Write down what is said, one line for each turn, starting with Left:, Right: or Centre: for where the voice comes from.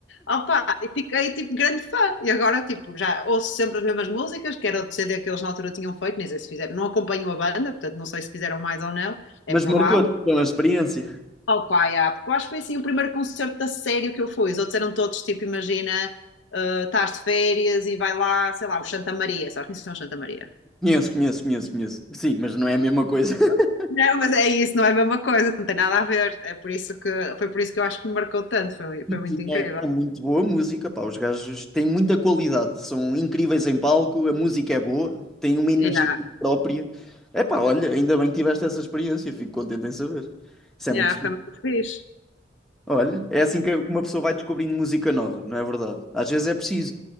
Left: Opá, e fiquei tipo grande fã e agora tipo já ouço sempre as mesmas músicas, que era do CD que eles na altura tinham feito, nem sei se fizeram, não acompanho a banda, portanto não sei se fizeram mais ou não, é
Centre: Mas
Left: provável.
Centre: marcou-te então a experiência.
Left: Oh pá, yeah, porque eu acho que foi assim o primeiro concerto a sério que eu fui. Os outros eram todos tipo, imagina, eh, estás de férias e vai lá, sei lá, o Santa Maria. Sabes quem são os Santa Maria?
Centre: Conheço, conheço, conheço, conheço. Sim, mas não é a mesma coisa. <laughs>
Left: Não, mas é isso, não é a mesma coisa, não tem nada a ver. É por isso que foi por isso que eu acho que me marcou tanto, foi, foi
Centre: E
Left: muito incrível.
Centre: É, é muito boa a música, pá. Os gajos têm muita qualidade, são incríveis em palco, a música é boa, têm uma energia
Left: Yeah,
Centre: própria. É pá, olha, ainda bem que tiveste essa experiência, fico contente em saber. Isso
Left: yeah,
Centre: é muito fixe.
Left: foi muito fixe.
Centre: Olha, é assim que uma pessoa vai descobrindo música nova, não é verdade? Às vezes é preciso